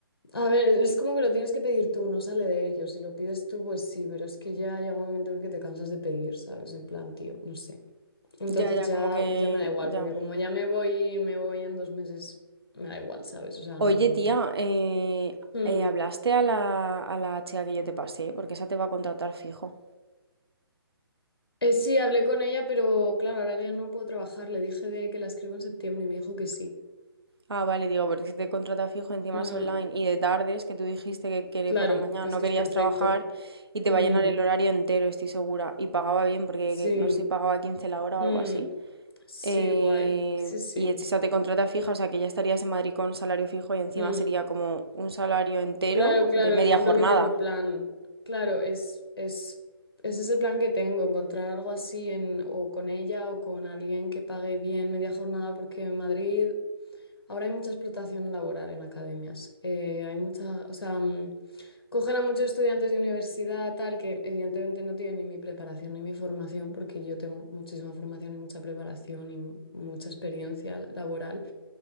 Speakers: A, on the left; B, on the right.
A: A ver, es como que lo tienes que pedir tú, no sale de ellos. Si lo pides tú, pues sí, pero es que ya llega un momento en el que te cansas de pedir, ¿sabes? En plan, tío, no sé. Entonces
B: Ya, ya,
A: ya,
B: como que
A: pues ya me da igual,
B: ya.
A: porque como ya me voy, me voy en dos meses, me da igual, ¿sabes? O sea,
B: Oye,
A: no.
B: tía, eh,
A: Mm.
B: eh, ¿hablaste a la, a la chica que yo te pasé? Porque esa te va a contratar fijo.
A: Eh, sí, hablé con ella, pero claro, ahora ya no puedo trabajar. Le dije de que la escribo en septiembre y me dijo que sí.
B: Ah, vale, digo, porque si te contrata fijo, encima
A: Mm,
B: es online y de tardes, que tú dijiste que, que
A: claro,
B: por la mañana
A: es
B: no
A: que
B: querías
A: es perfecto.
B: trabajar y te
A: Mm,
B: va a llenar el horario entero, estoy segura. Y pagaba bien, porque
A: sí,
B: que- no sé si pagaba 15 la hora o
A: mm,
B: algo así.
A: sí,
B: Eh,
A: guay. Sí, sí.
B: y esa te contrata fija, o sea que ya estarías en Madrid con salario fijo y encima
A: Mm.
B: sería como un salario entero
A: Claro, claro,
B: de media
A: eso es
B: jornada.
A: lo que tengo plan. Claro, es, es, ese es el plan que tengo, encontrar algo así en, o con ella o con alguien que pague bien media jornada, porque en Madrid ahora hay mucha explotación laboral en academias. Eh, hay mucha, o sea... mm, Cogen a muchos estudiantes de universidad, tal, que evidentemente no tienen ni mi preparación ni mi formación, porque yo tengo muchísima formación y mucha preparación y mu- mucha experiencia laboral,